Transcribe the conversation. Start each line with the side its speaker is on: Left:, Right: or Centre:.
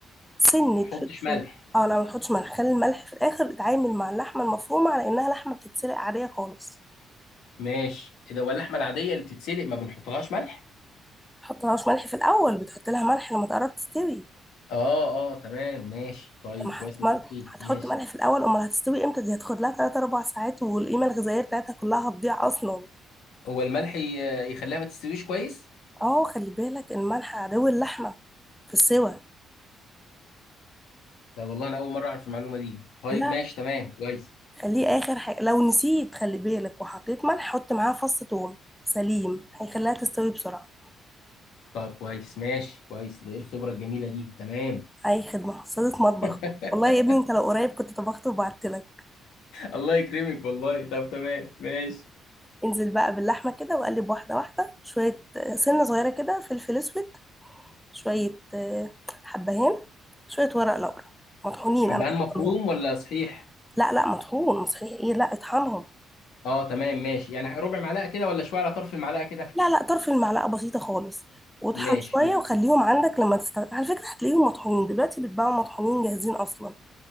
Centre: سنه
Left: احطش
Centre: فلفل
Left: ملح
Centre: اه لا ما تحطش ملح خلي الملح في الاخر اتعامل مع اللحمه المفرومه على انها لحمه بتتسلق عاديه خالص
Left: ماشي إيه ده واللحمه العاديه اللي بتتسلق ما بنحطلهاش ملح
Centre: تحط لهاش ملح في الاول بتحط لها ملح لما تقرب تستوي
Left: اه اه تمام ماشي طيب
Centre: لما
Left: كويس
Centre: هت-
Left: انك
Centre: مل-
Left: قلت لي
Centre: هتحط
Left: ماشي
Centre: ملح في الاول امال هتستوي امتى دي هتاخد لها 3 4 ساعات والقيمه الغذائيه بتاعتها كلها هتضيع اصلا
Left: هو الملح ي- يخليها ما تستويش كويس
Centre: اه خلي بالك الملح عدو اللحمه في السوى
Left: لا والله انا اول مره اعرف المعلومه دي طيب
Centre: لا
Left: ماشي تمام كويس
Centre: خليه اخر حاجه لو نسيت خلي بالك وحطيت ملح حط معاها فص ثوم سليم هيخليها تستوي بسرعه
Left: طب كويس ماشي كويس ده ايه الخبره الجميله دي تمام
Centre: اي خدمه صيدة مطبخ
Left: <laughs>
Centre: والله يا ابني انت لو قريب كنت طبخت وبعت لك
Left: الله يكرمك والله طب تمام ماشي
Centre: انزل بقى باللحمه كده وقلب واحده واحده شويه آه، سنه صغيره كده فلفل اسود شويه آه، حبهان شويه ورق لورا مطحونين
Left: حبهان
Centre: انا بطحنهم
Left: مفروم ولا صحيح
Centre: لا لا مطحون صحيح ايه لا اطحنهم
Left: اه تمام ماشي يعني ربع معلقه كده ولا شويه على طرف المعلقه كده
Centre: لا لا طرف المعلقة بسيطة خالص واطحن
Left: ماشي
Centre: شوية وخليهم عندك لما تستخدم على فكرة هتلاقيهم مطحونين دلوقتي بيتباعوا مطحونين جاهزين أصلا